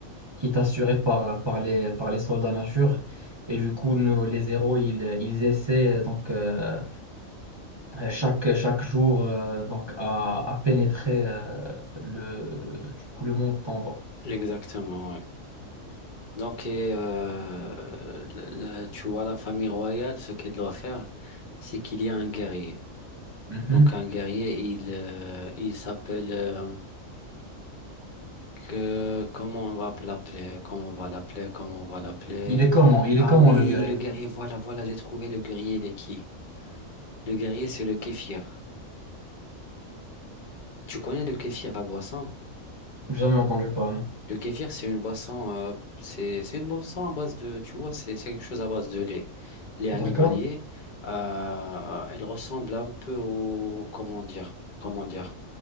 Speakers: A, on the right; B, on the left.
A: qui est assurée par, par les, par les soldats nature. Et du coup, nous, les zéros, ils, ils essaient donc. euh, euh, chaque, chaque jour euh, donc à, à pénétrer euh, le, du coup, le monde tombant.
B: Exactement, Donc, et, euh, la- la- tu vois, la famille royale, ce qu'elle doit faire, c'est qu'il y a un guerrier.
A: Mhm.
B: Donc, un guerrier, il, euh, il s'appelle, euh, que, comment on va l'appeler, comment on va l'appeler, comment on va l'appeler.
A: Il est comment? Il
B: Ah
A: est comment
B: oui,
A: le guerrier?
B: le guerrier, voilà, voilà, j'ai trouvé le guerrier, il est qui? Le guerrier, c'est le kéfir. Tu connais le kéfir, la boisson?
A: Jamais entendu parler.
B: Le kéfir, c'est une boisson, euh, c'est, c'est une boisson à base de, tu vois, c'est c'est quelque chose à base de lait. Lait animalier,
A: D'accord?
B: euh, elle ressemble un peu au, comment dire, comment dire,